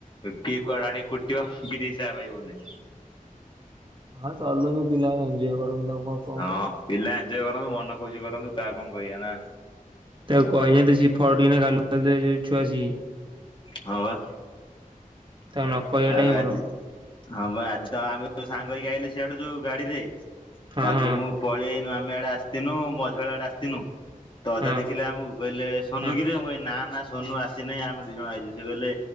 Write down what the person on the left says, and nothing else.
କିଏ କୁଆଡେ ଆଣି କୁଟିବ କିଛି ହିସାବ ପାଇବୁନି।
ହଁ
ପିଲା ଏଜଂୟ କରନ୍ତୁ ମନ ଖୁସି କରନ୍ତୁ କାହା କୁକଣ କହିଆ ନାଁ।
ହଁ ବା।
ଆଉ
ଆଜି ହଁ ବା ଆଜି ତ ଆମେ ଯୋଉ ସାଙ୍ଗ ହେଇକି ଆଇଲେ ସିଆଡ଼ୁ ଯୋଉ ଗାଡ଼ିରେ।
ତାପରେ
ମୁଁ ପଳେଇ ଆଇନୁ ଆମେ ଆଡ଼େ ଆସିଥିନୁ ମଝିପାଳ ଆଡ଼େ ଆସିଥିନୁ ତୋ ଅଜା
ଦେଖିଲେ ଆମକୁ। କହିଲେ ସୋନୁ
କିିରେ ମୁଁ କହିଲି ନା ନା ସୋନୁ ଆସିନି ଆମେ ଦି ଜଣ ଆଇଛୁ ସେ କହିଲେ